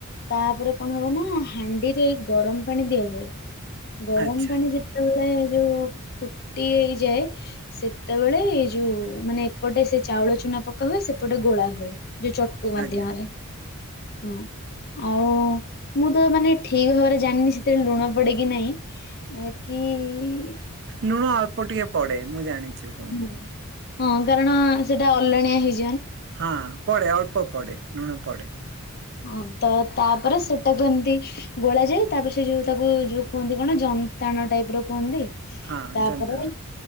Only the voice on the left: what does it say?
ତାପରେ କଣ ହବ ନା ହାଣ୍ଡିରେ ଗରମ ପାଣି ଦିଆ ହୁଏ। ଗରମ
ପାଣି ଯେତେବେଳେ ଯୋଉ ଫୁଟି ହେଇଯାଏ। ସେତେବେଳେ ଏଇ ଯୋଉ ମାନେ ଏପଟେ ସେ ଚାଉଳ ଚୁନା ପକା ହୁଏ ସେପଟେ ଗୋଳା ହୁଏ। ଜୋଉ ଚଟୁ ମାଧ୍ୟମରେ
ହଁ ଆଉ ମୁଁ ତ ମାନେ ଠି ଭାବରେ ଜାଣିନି ସେଥିରେ ଲୁଣ ପଡ଼େ କି ନାହିଁ କି
ହ ହଁ କାରଣ ସେଟା ଅଲଣିଆ ହେଇ
ହଁ ତ ତାପରେ ସେଟାକୁ ଏମତି ଗୋଳା ଯାଏ ତାପରେ ସେ ଯୋଉ ତାକୁ ଯୋଉ କୁହନ୍ତି କଣ ଯନ୍ତାଣ ଟାଇପ୍ ର କୁହନ୍ତି।
ତାପରେ